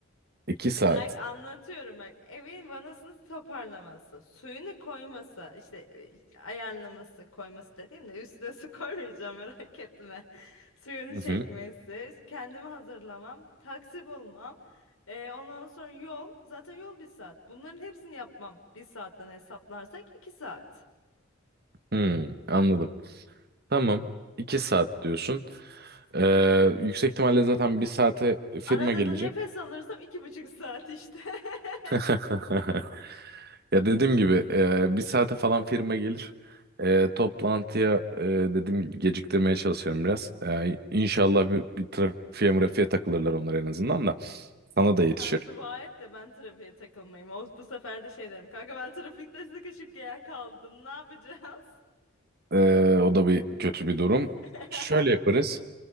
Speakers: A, on the right; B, on the left.
A: iki saat.
B: Bak anlatıyorum bak. Evin vanasını toparlaması, suyunu koyması, işte e, ayarlaması, koyması dediğimde üstüne su <laughs> koymayacağım merak etme. <laughs> Suyunu
A: Hı
B: çekmesi,
A: hı.
B: kendimi hazırlamam, taksi bulmam, e, ondan sonra yol, zaten yol bir saat. Bunların hepsini yapmam bir saatten hesaplarsak iki saat.
A: Hmm, anladım. Tamam iki saat diyorsun. Ee, yüksek ihtimalle zaten bir saate firma
B: Arada
A: gelecek.
B: da nefes alırsam iki buçuk saat işte. <laughs>
A: <laughs> Ya dediğim gibi e, bir saate falan firma gelir. E, toplantıya e, dediğim gibi geciktirmeye çalışıyorum biraz. E, inşallah bir, bir trafiğe mırafiğe takılırlar onlar en azından da. Sana da yetişir.
B: Sen dua et de ben trafiğe takılmayayım. O, bu sefer de şey derim. Kanka ben trafikte sıkışıp gel kaldım. Ne yapacağız?
A: Ee, o da bir kötü bir durum.
B: <laughs>
A: Şöyle yaparız.